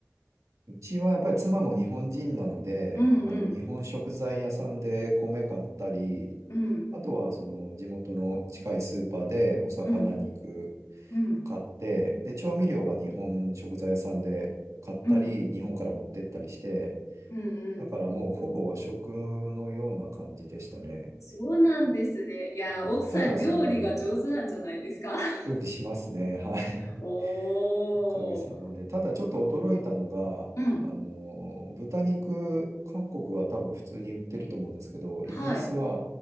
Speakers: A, on the right; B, on the left.
A: うちはやっぱり妻も日本人なので、
B: うんうん
A: あの、日本食材屋さんで米買ったり、
B: うん
A: あとはその地元の近いスーパーでお魚肉
B: うんうん
A: 買って、で、調味料は日本食材屋さんで買ったり、
B: うんうん
A: 日本から持ってったりして、
B: うんうん
A: だからもうほぼ和食のような感じでしたね。
B: そうなんですね。いや、
A: はい、
B: 奥さん料理が上手なんじゃないですか
A: ただ、その、
B: <laughs>
A: 料理しますね。はい。
B: おー。
A: おかげさまで。ただちょっと驚いたのが、
B: うん。
A: あのー、豚肉、韓国は多分普通に売ってると思うんですけど、
B: はい。
A: イギリスは